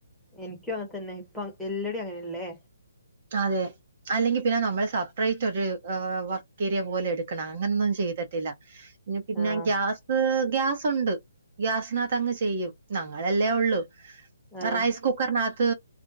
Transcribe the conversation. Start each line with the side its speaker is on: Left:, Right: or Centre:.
Centre: എനിക്കും അങ്ങന തന്നെ. ഇപ്പം എല്ലടെ അങ്ങനെല്ലേ.
Right: അതെ. അല്ലെങ്കി പിന്നെ നമ്മള് സപ്പറേറ്റ് ഒരു വർക് ഏരിയ പോലെ എടുക്കണം, അങ്ങനൊന്നും ചെയ്തിട്ടില്ല. ഇഞ്ഞി പിന്നെ
Centre: ആഹ്
Right: ഗ്യാസ് ഗ്യാസ്ണ്ട് ഗ്യാസിനത്തങ്ങ് ചെയ്യും. ഞങ്ങളല്ലേ ഉള്ളൂ.
Centre: ആഹ്
Right: റൈസ് കുക്കറിനത്ത്